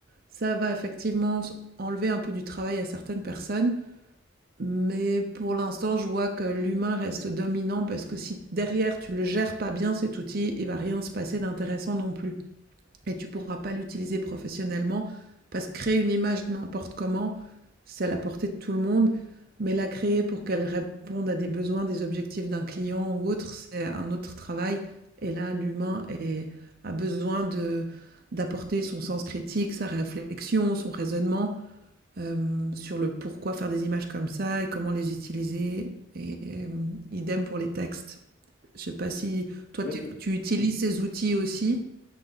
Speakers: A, on the right; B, on the left.
A: Ça va effectivement enlever un peu du travail à certaines personnes, mais pour l'instant, je vois que l'humain reste dominant parce que si derrière tu ne le gères pas bien cet outil, il ne va rien se passer d'intéressant non plus et tu ne pourras pas l'utiliser professionnellement parce que créer une image n'importe comment, c'est à la portée de tout le monde, mais la créer pour qu'elle réponde à des besoins, des objectifs d'un client ou autre, c'est un autre travail. Et là, l'humain est- a besoin de d'apporter son sens critique, sa réflexion, son raisonnement euh, sur le pourquoi faire des images comme ça et comment les utiliser. Et, euh, idem pour les textes. Je ne sais pas si toi
B: Je
A: tu
B: vais te, je
A: tu utilises ces outils aussi.